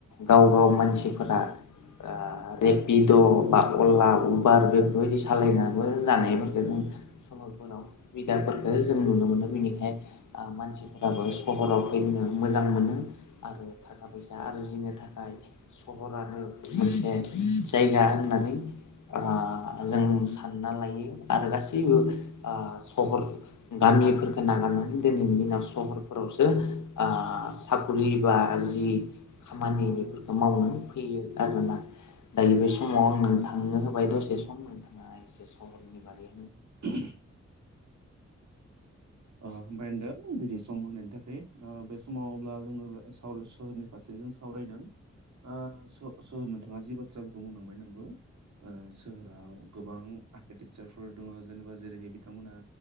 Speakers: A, on the left; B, on the right.
A: गाव-गाव मानसिफोरा ओ रेपिड' बा अला उबार बेफोरबायदि सालायनाबबो जानायफोरखौ जों सहरफोराव बिदाफोरखो जों नुनो मोनो बेनिखाय मानसिफोराबो सहराव फैनो मोजां मोनो आरो थाखा फैसा आरजिनो थाखाय सहरानो मोनसे जायगा होननानै आ जों सानना लायो आरो गासैबो आ सहर गामिफोरखो नागारनानै दिनैनि दिनाव सहरफोरावसो आ साकरि बा जि खामानि बेफोरखौ मावनानै फैयो आरोना। दायो बे समाव आं नोंथांनो होबाय दसे सम नोंथाङा एसे सहरनि बागै
B: <unintelligible> होनबाय होनदों बिदि सम होनायनि थाखाय बे समाव अब्ला जोङो सावरा सहरनि फारसे जों सावरायदों आ सोर नोंथाङा जि बाथ्राफोरखौ बुंलांबाय नंगौ। सोहोराव गोबां आर्किटेक्सारफोर दङ जेनेबा जेरैहाय बिथांमोना